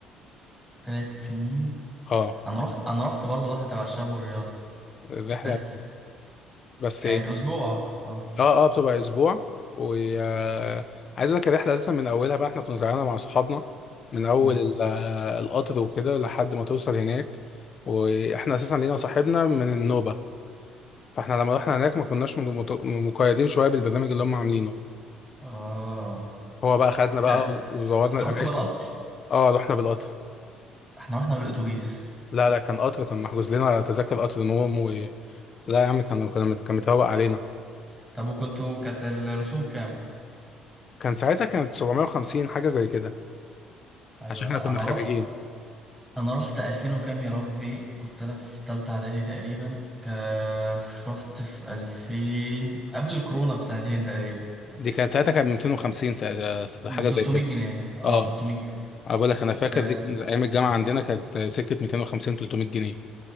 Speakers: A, in the centre; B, on the left (about 40°).
A: ثلاث سنين
B: اه
A: انا رحت انا رحت برضو واحده تبع الشباب والرياضه
B: الرحله
A: بس
B: بس
A: كانت اسبوع اه
B: اه اه بتبقى اسبوع وعايز اقول لك الرحله اساسا من اولها بقى احنا كنا طالعينها مع صحابنا من اول
A: امم
B: ال- آه، القطر وكده لحد ما توصل هناك واحنا اساسا لينا صاحبنا من النوبه فاحنا لما رحنا هناك ما كناش مت- مقيدين شويه بالبرنامج اللي هم عاملينه
A: اه
B: هو بقى خدنا بقى
A: لا
B: وزورنا
A: انتوا
B: الاماكن
A: رحتوا بالقطر
B: اه رحنا بالقطر
A: احنا رحنا بالاتوبيس
B: لا لا كان قطر كان محجوز لنا تذاكر قطر نوم و لا يا عم كان كنا كان متهوق علينا
A: طب وكنتوا كانت الرسوم كام
B: كان ساعتها كانت 750 حاجه زي كده
A: ايوه
B: عشان احنا
A: لا
B: كنا
A: انا
B: خارجين
A: رحت انا رحت 2000 وكام يا ربي كنت انا في تالتة اعدادي تقريبا ك... رحت في 2000 قبل الكورونا بسنتين تقريبا
B: دي كان ساعتها كان 250 ساعتها
A: ب
B: حاجه
A: 300
B: زي كده
A: جنيه اه
B: اه
A: ب 300 جنيه
B: انا بقول لك انا فاكر
A: آه،
B: دي كان ايام الجامعه عندنا كانت سكه 250 300 جنيه